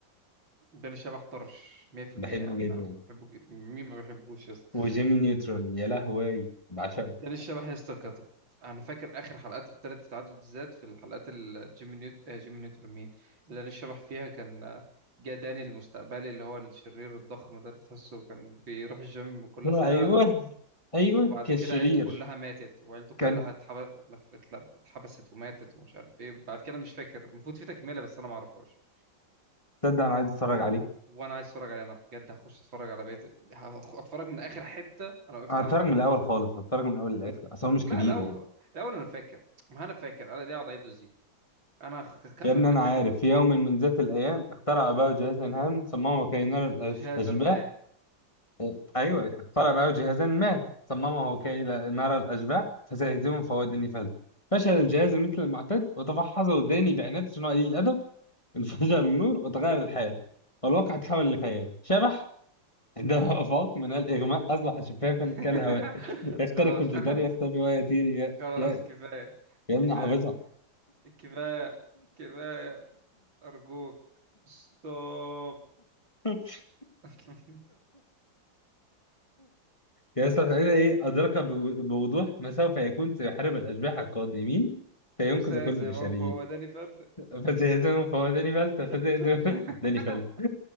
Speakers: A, on the right; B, on the left.
A: داني الشبح طرش 100%
B: بحبه جدا
A: انا بحبه جدا مين ما بيحبوش يا اسطى
B: وجيمي نيوترون يا لهوي بعشقه
A: داني الشبح يا اسطى كانت- انا فاكر اخر حلقات التالت تعدد الذات في الحلقات اللي جيمي نيوت آه جيمي نيوتن مين اللي داني الشبح فيها كان آه، جه داني المستقبلي اللي هو الشرير الضخم ده اللي تحسه كان بيروح الجيم كل
B: ايوه
A: ساعة ده
B: ايوه
A: وبعد
B: كان
A: كده
B: شرير
A: عيلته كلها ماتت وعيلته كلها
B: كان
A: اتحب... لفت لب... اتحبست وماتت ومش عارف ايه بعد كده مش فاكر المفروض في تكملة بس انا ما اعرفهاش
B: تصدق انا عايز اتفرج عليه
A: وانا عايز اتفرج عليها انا بجد هخش اتفرج على بقية هخ- اتفرج من اخر حتة انا وقفت
B: هتفرج
A: عندها
B: من الاول خالص هتفرج من الاول للاخر اصل هو مش كبير
A: لا الاول
B: يعني
A: الاول انا فاكر ما انا فاكر انا ليه اقعد اعيد وازيد انا هكمل
B: يا ابني
A: من
B: انا
A: حتة
B: عارف
A: ما وقفت
B: في يوم من ذات الايام اخترع اباه جهازا هام صممه كي نرى الأف-
A: جهازا
B: الاشباح
A: ما
B: إيه، ايوه اخترع اباه جهازا ما صممه كي
A: مم.
B: لا- نرى الاشباح فسيهزمهم فهو داني فلت فشل الجهاز مثل المعتاد وتفحصه داني بعناد صناعي الادب انفجر النور وتغير الحال والواقع تحول لخيال شبح عندما <laughs> أفاق من الإغماء أصبح شفافا
A: <laughs>
B: كالهواء يخترق
A: خلاص
B: الجدار
A: <laughs>
B: يختفي ويطير ي...
A: خلاص
B: ي...
A: كفاية
B: يمنع
A: كفاية
B: حافظها
A: كفاية كفاية أرجوك ستوب
B: <laughs>
A: <laughs>
B: يستطيع إيه أدرك بو- بوضوح ما سوف يكون سيحارب الأشباح القادمين فينقذ
A: أستاذ
B: كل
A: زمام
B: البشرية
A: فهو داني فلت
B: فسيهزمهم فهو داني فلت فسيهزم
A: <laughs>
B: <laughs> داني فلت